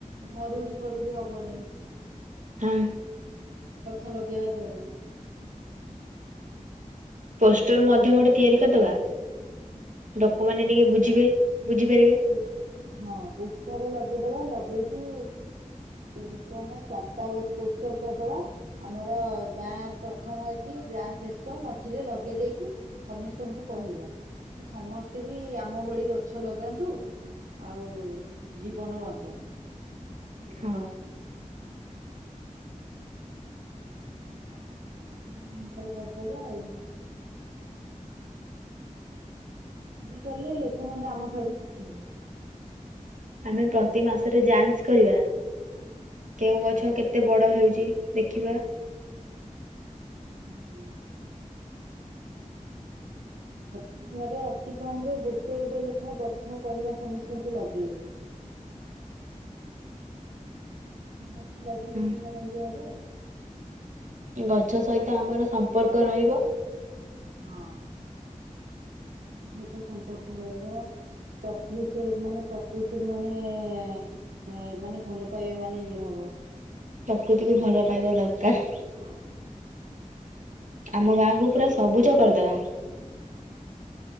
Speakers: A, on the right (about 85°); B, on the right (about 70°).
A: ମରୁଡି ଫରୁଡି ହବନି।
B: ହୁଁ।
A: ଗଛ ଲଗେଇବା ଦ୍ୱାରା।
B: ପୋଷ୍ଟର୍ ମଧ୍ୟ ଗୋଟେ ତିଆରି କରିଦବା।
A: ହୁଁ
B: ଲୋକମାନେ
A: ପୋଷ୍ଟର
B: ଟିକେ ବୁଝିବେ ବୁଝିପାରିବେ
A: ଉ ହଁ ପୋଷ୍ଟର ଲଗ ଲଗେଇଦବା ଲଗେଇକି ତିନିଟା ନା ଚାରିଟା ବ ପୋଷ୍ଟର୍ କରିଦବା, ଆମର ଗାଁ ପ୍ରଥମ ଏଠି ଗାଁ ଶେଷ, ମଝିରେ ଲଗେଇ ଦେଇକି ସମିସ୍ତଙ୍କୁ କହିବା। କି ସମସ୍ତେ ବି ଆମ ଭଳି ଗଛ ଲଗାନ୍ତୁ ଆଉ ଜୀବନ ବଞ୍ଚାନ୍ତୁ।
B: ହଁ
A: ଆମ ଗାଁକୁ ପୁରା ସବୁଜ ସୁନ୍ଦର କରିଦବା ଆଉ। ଆମେ କଲେ ଲୋକମାନେ ଆମ ଠାରୁ ଶିଖିବେ।
B: ଆମେ ପ୍ରତି ମାସରେ ଯାଞ୍ଚ କରିବା, କେଉଁ ଗଛ କେତେ ବଡ ହେ ହେଉଛି ଦେଖିବା।
A: ହୁଁ। <inaudible> ପ୍ରତି ଘରେ ଅତି କମ୍ ରେ ଗୋଟେ ଗୋଟେ ଲେଖା ଗଛ କହିବା ସମସ୍ତଙ୍କୁ ଲଗେଇବେ। <inaudible> ସମସ୍ତେ ଲଗେଇଲେ
B: ହଁ
A: ସିନା ଯାଇକି ହବ।
B: ଗଛ ସହିତ ଆମର ସମ୍ପର୍କ ରହିବ।
A: ହଁ ଗଛ ସହିତ ସମ୍ପର୍କ ରହିବ। ପ୍ରକୃତ ମାନେ ପ୍ରକୃତିରୁ ମାନେ-ଏ-ଏ ଏ ମାନେ ଭଲ ପାଇବା ମାନେ ଇଏ ହବ।
B: ପ୍ରକୃତିକୁୁ ଭଲ ପାଇବା ଦର୍କାର୍।
A: ହଁ।
B: ଆମ ଗାଁକୁୁ ପୁରା ସବୁଜ କରଦବା।
A: ହଁ।